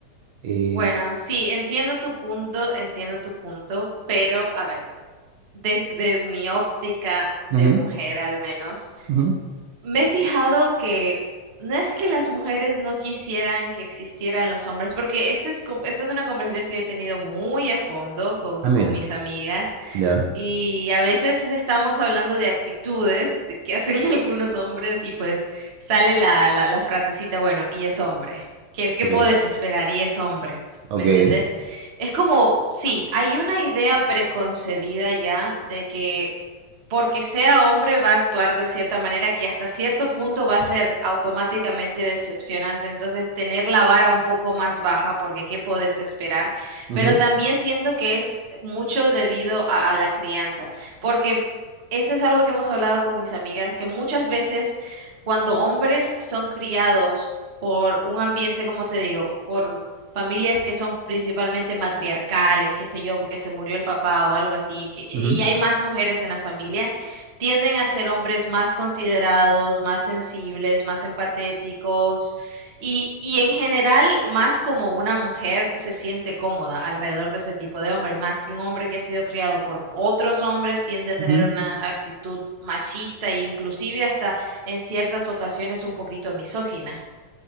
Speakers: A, on the right (about 75°); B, on the right (about 55°).
A: Eh,
B: Bueno, sí, entiendo tu punto, entiendo tu punto, pero a ver, desde mi óptica de
A: ujú,
B: mujer al menos.
A: ujú.
B: Me he fijado que no es que las mujeres no quisieran que existieran los hombres, porque esta es, co- esta es una conversación que yo he tenido muy a fondo con,
A: Ah,
B: con
A: mira,
B: mis amigas
A: ya,
B: y a veces estamos hablando de actitudes de- que hacen <laughs> algunos hombres y pues sale la, la, la frasecita, bueno, y es hombre. ¿Qué, qué
A: ok,
B: puedes esperar? Y es hombre.
A: ok.
B: ¿Me entendés? Es como, sí, hay una idea preconcebida ya de que porque sea hombre va a actuar de cierta manera que hasta cierto punto va a ser automáticamente decepcionante. Entonces, tener la vara un poco más baja, porque qué podés esperar.
A: ujú,
B: Pero también siento que es mucho debido a, a la crianza, porque eso es algo que hemos hablado con mis amigas, que muchas veces cuando hombres son criados por un ambiente, como te digo, por familias que son principalmente matriarcales, qué sé yo, porque se murió el papá o algo así, que- y
A: ujú,
B: hay más mujeres en la familia, tienden a ser hombres más considerados, más sensibles, más empatéticos y, y en general más como una mujer se siente cómoda alrededor de ese tipo de hombre, más que un hombre que ha sido criado por otros hombres, tiende a tener
A: ujú.
B: una actitud machista e inclusive hasta en ciertas ocasiones un poquito misógina.